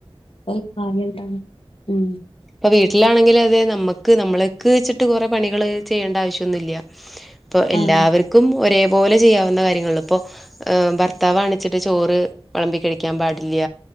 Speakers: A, on the left; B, in the centre.
A: <unintelligible> ഉം
B: പ്പ വീട്ടിലാണെങ്കിലു അതെ നമ്മക്ക് നമ്മളക്ക്ച്ച്ട്ട് കൊറേ പണികള് ചെയ്യേണ്ട ആവശ്യം ഒന്നുല്ല പ്പൊ എല്ലാവർക്കും
A: ആഹ്
B: ഒരേപോലെ ചെയ്യാവുന്ന കാര്യങ്ങളള്ളു പ്പൊ ഭർത്താവാണിച്ചിട്ട് ചോറ് വിളമ്പി കഴിക്കാൻ പാടില്ല